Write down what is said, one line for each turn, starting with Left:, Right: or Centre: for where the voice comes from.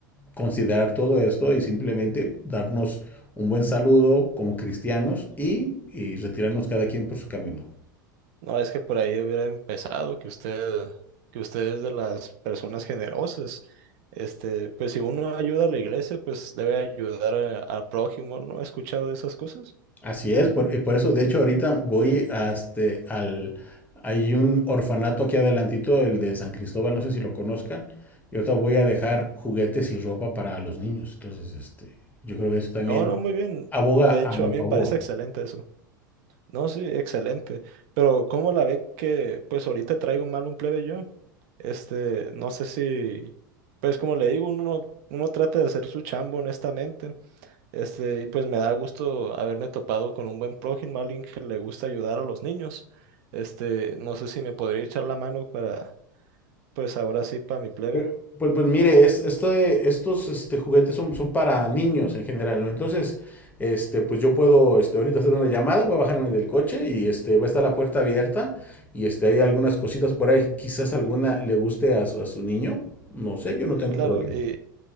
Left: considerar todo esto y simplemente darnos un buen saludo como cristianos y, y retirarnos cada quien por su camino.
Right: no, es que por ahí hubiera empezado, que usted, que usted es de las personas generosas. Este, pues si uno ayuda a la iglesia, pues debe ayudar a- al prójimo, ¿no? ¿Ha escuchado esas cosas?
Left: Así es, por, y por eso de hecho ahorita voy a este, al... Hay un orfanato aquí adelantito, el de San Cristóbal, no sé si lo conozca. Y ahorita voy a dejar juguetes y ropa para los niños. Entonces, este, yo creo que eso también
Right: No, no, muy bien.
Left: aboga
Right: De hecho,
Left: a mi
Right: a mí
Left: favor.
Right: me parece excelente eso. No, sí, excelente. Pero ¿cómo la ve que pues ahorita traigo mal un plebe yo? Este, no sé si, pues como le digo, uno, uno trata de hacer su chambo honestamente. Este, y pues me da gusto haberme topado con un buen prójimo, alguien que le gusta ayudar a los niños. Este, no sé si me podría echar la mano para, pues ahora sí, para mi plebe.
Left: Pues, pues- pues mire, es, este, estos este, juguetes son, son para niños en general, ¿no? Entonces, este, pues yo puedo este, ahorita hacer una llamada, voy a bajarme del coche y este, va a estar la puerta abierta y este, hay algunas cositas por ahí, quizás alguna le guste a, su a su niño, no sé, yo no tengo
Right: Eh, Claro,
Left: problema.
Right: y,